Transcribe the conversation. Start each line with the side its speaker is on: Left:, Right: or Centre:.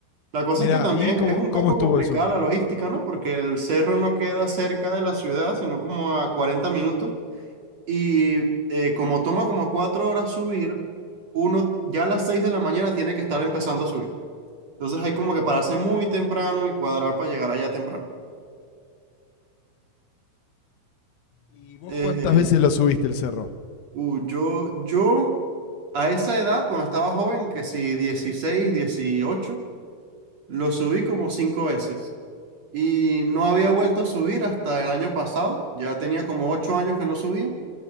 Right: La cosa
Left: Mirá,
Right: es que también
Left: ¿y cómo,
Right: es, es un
Left: cómo
Right: poco
Left: estuvo
Right: complicada
Left: eso?
Right: la logística, ¿no? Porque el cerro no queda cerca de la ciudad, sino como a 40 minutos. Y eh, como toma como cuatro horas subir, uno ya a las seis de la mañana tiene que estar empezando a subir. Entonces hay como que pararse muy temprano y cuadrar para llegar allá temprano.
Left: ¿Y vos
Right: Eh,
Left: cuántas veces lo subiste el cerro?
Right: uh, yo, yo a esa edad, cuando estaba joven, que si 16 18 lo subí como cinco veces. Y no había vuelto a subir hasta el año pasado. Ya tenía como ocho años que no subía.